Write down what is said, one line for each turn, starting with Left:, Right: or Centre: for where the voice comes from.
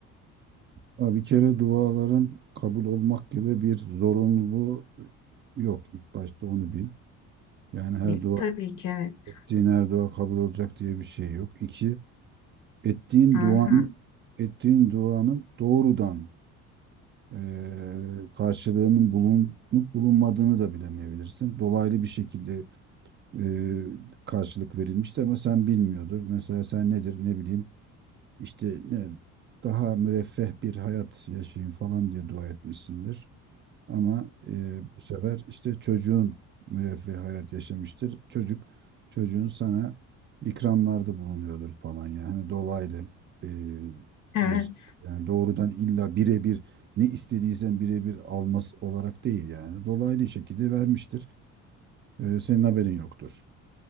Right: Ha, bir kere duaların kabul olmak gibi bir zorunluluğu yok. İlk başta onu bil. Yani her
Left: Yani
Right: dua
Left: Tabii ki evet.
Right: ettiğin her dua kabul olacak diye bir şey yok. İki, ettiğin
Left: Hı hı.
Right: duanın ettiğin duanın doğrudan e, karşılığının bulunup bulunmadığını da bilemeyebilirsin. Dolaylı bir şekilde e, karşılık verilmişti ama sen bilmiyordur. Mesela sen nedir ne bileyim işte ne daha müreffeh bir hayat yaşayayım falan diye dua etmişsindir. Ama e, bu sefer işte çocuğun müreffeh hayat yaşamıştır. Çocuk çocuğun sana ikramlarda bulunuyordur falan yani Hani dolaylı e,
Left: Evet.
Right: bir yani doğrudan illa birebir ne istediysen birebir alması olarak değil yani dolaylı şekilde vermiştir. E, senin haberin yoktur.